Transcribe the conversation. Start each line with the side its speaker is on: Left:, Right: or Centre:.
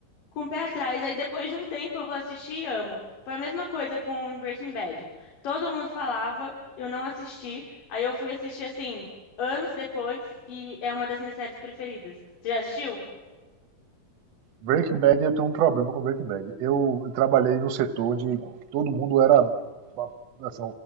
Left: com o pé atrás. Aí depois de um tempo eu vou assistir e amo. Foi a mesma coisa com Breaking Bad. Todo mundo falava, eu não assisti. Aí eu fui assistir assim, anos depois, e é uma das minhas séries preferidas. Você já assistiu?
Right: Breaking Bad, eu tenho um problema com Breaking Bad. Eu trabalhei num setor onde todo mundo era, assim,